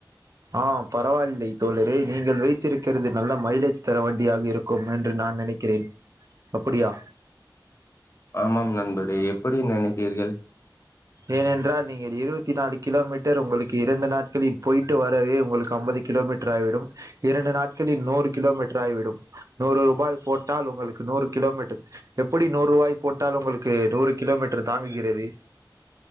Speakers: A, on the right; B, on the left.
A: ஆ பரவாயில்லை தோழரே நீங்கள் வைத்திருக்கிறது நல்ல மைலேஜ் தர வண்டியாக இருக்கும் என்று நான் நெனைக்கிறேன் அப்படியா
B: ஆமாம் நண்பரே எப்படி நெனைத்தீர்கள்
A: ஏனென்றால் நீங்கள் இருவத்தி நாலு கிலோமீட்டர் உங்களுக்கு இரண்டு நாட்களில் போய்ட்டு வரவே உங்களுக்கு அம்பது கிலோமீட்டர் ஆய்விடும் இரண்டு நாட்களில் நூறு கிலோமீட்டர் ஆய்விடும் நூறு ரூபாய் போட்டால் உங்களு க்கு நூறு கிலோமீட்டர் எப்படி நூறுவாய் போட்டால் உங்களுக்கு நூறு கிலோமீட்டர் தாங்குகிறது